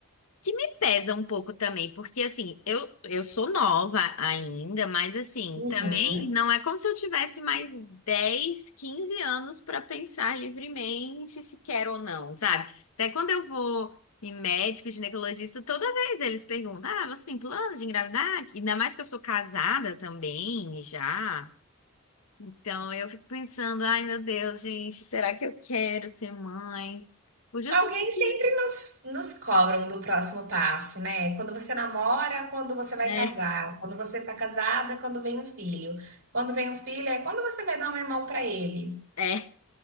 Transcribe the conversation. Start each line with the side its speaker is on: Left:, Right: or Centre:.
Left: que me pesa um pouco também, porque assim, eu, eu sou nova ainda, mas assim,
Right: Uhum.
Left: também não é como se eu tivesse mais dez quinze anos para pensar livremente se quero ou não, sabe? Até quando eu vou em médico, ginecologista, toda vez eles perguntam: "Ah, você tem planos de engravidar?" Ainda mais que eu sou casada também, já. Então eu fico pensando: "Ai, meu Deus, gente, será que eu quero ser mãe?" Por justamente,
Right: Alguém sempre nos, nos cobram do próximo passo, né? Quando você namora, quando você vai
Left: né?
Right: casar, quando você tá casada, quando vem um filho. Quando vem um filho, é quando você vai dar um irmão para ele. <laughs>
Left: É.